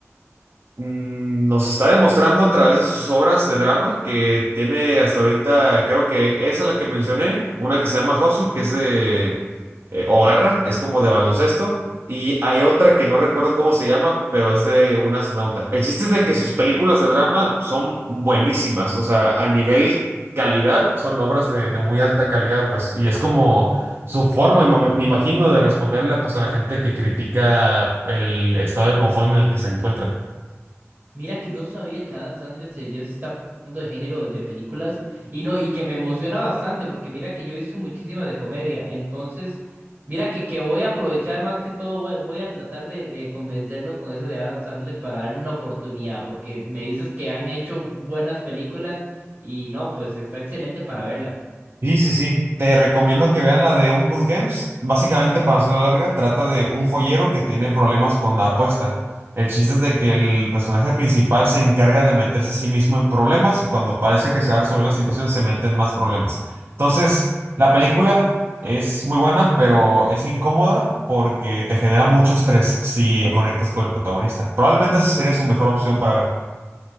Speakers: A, on the right; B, on the right.
A: Mm, Nos está demostrando a través de sus obras de drama que tiene hasta ahorita, creo que esa es la que mencioné, una que se llama Hustle, que es de eh, o Garra, es como de baloncesto, y hay otra que no recuerdo cómo se llama, pero es de un astronauta. El chiste es de que sus películas de drama son buenísimas, o sea, a nivel calidad, son obras de, de muy alta calidad, pues, y es como su forma, me me imagino, de responderle pues a la gente que critica el estado de confort en el que se encuentra.
B: Mira que no sabía que Adam Sandler se- ya se está pasando de género de de películas y no, y que me emociona bastante porque mira que yo hizo muchísimas de comedia, entonces mira que, que voy a aprovechar más que todo, voy, voy a tratar de, de convencerlo con eso de Adam Sandler para darle una oportunidad porque me dices que han hecho buenas películas y no, pues está excelente para verla.
A: Sí, sí, sí. Te recomiendo que vean la de Uncut Gems. Básicamente, para hacerla larga, trata de un joyero que tiene problemas con la apuesta. El chiste es de que el personaje principal se encarga de meterse a sí mismo en problemas y cuando parece que se va a resolver la situación se mete en más problemas. Entonces, la película es muy buena, pero es incómoda porque te genera mucho estrés si conectas con el protagonista. Probablemente esa sería su mejor opción para ver.